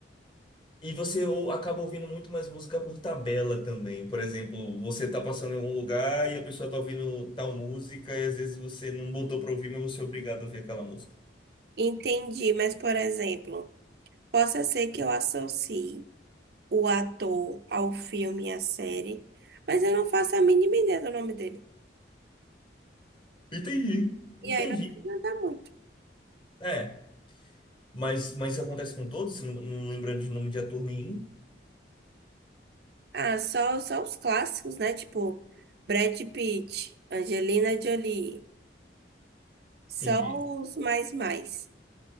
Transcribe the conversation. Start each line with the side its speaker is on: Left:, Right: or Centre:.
Left: E você ou, acaba ouvindo muito mais música por tabela também. Por exemplo, você tá passando em algum lugar e a pessoa tá ouvindo tal música, e às vezes você não botou pra ouvir, mas você é obrigado a ouvir aquela música.
Right: Entendi, mas por exemplo, possa ser que eu associe o ator ao filme e à série, mas eu não faço a mínima ideia do nome dele.
Left: Entendi. Entendi.
Right: E aí não vai ajudar muito.
Left: É. Mas, mas isso acontece com todos? Você não, não lembra de nome de ator nenhum?
Right: Ah, só, só os clássicos, né? Tipo, Brad Pitt, Angelina Jolie.
Left: Entendi.
Right: Só os mais mais.